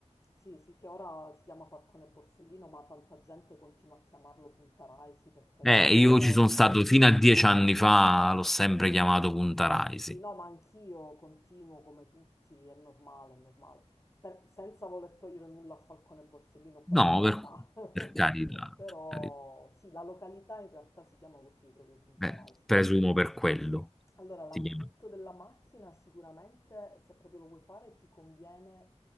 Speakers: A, on the left (about 25°); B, in the centre.
A: sì, sì, che ora si chiama Falcone Borsellino, ma tanta gente continua a chiamarlo Punta Raisi perché è
B: Eh,
A: il nome storico.
B: io ci sono stato fino a dieci anni fa, l'ho sempre chiamato Punta Raisi.
A: Sì, no, ma anch'io continuo come tutti, è normale, è normale. Per- senza voler togliere nulla a Falcone Borsellino, per
B: No,
A: carità.
B: per,
A: <laughs>
B: per carità,
A: Però
B: per carità.
A: sì, la località in realtà si chiama così, proprio Punta
B: Eh,
A: Raisi.
B: presumo per quello
A: Allora, l'affitto
B: si chiama.
A: della macchina sicuramente, se proprio lo vuoi fare, ti conviene